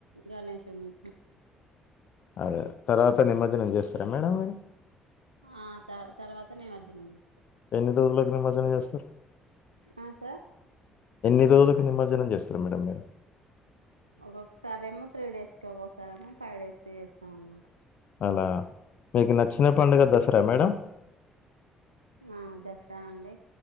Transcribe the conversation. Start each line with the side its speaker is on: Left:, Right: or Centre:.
Right: గణేశుని
Left: అదే తర్వాత నిమర్జనం చేస్ స్తారా మేడమ్ మీరు
Right: ఆ త తర్వాత నిమజ్జనం చేస్తాం
Left: ఎన్ని రోజులకి నిమర్జనం <unintelligible> చేస్తారు
Right: ఆ సార్
Left: ఎన్ని రోజులకు నిమజ్జనం చేస్తారు మేడం మీరు
Right: ఒక్కొక్కసారి ఏమో త్రీ డేస్ కి ఒక్కొక్కసారేమో ఫైవ్ డేస్ కి చేస్తాం అన్నమాట
Left: అలా మీకు నచ్చిన పడుగ దసరా మేడం
Right: ఆ దసరా అండి